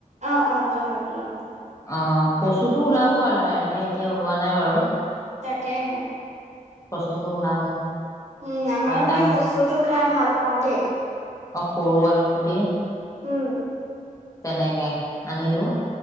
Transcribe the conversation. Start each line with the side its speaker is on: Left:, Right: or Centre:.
Right: অ', অ' জহাভুল অ'।
Left: অ' কচুটো ওলাব আৰু লাহে লাহে, এতিয়া ওলোৱা নাই বাৰু।
Right: তাকেহে।
Left: কচুটো ওলাব।
Right: উম আমাৰো
Left: তাৰপিছত
Right: সেই কচুটো খাই ভাল পাওঁ দেই।
Left: অ' সৰুআলু গুটি
Right: উম।
Left: তেনেকে, আনিলো।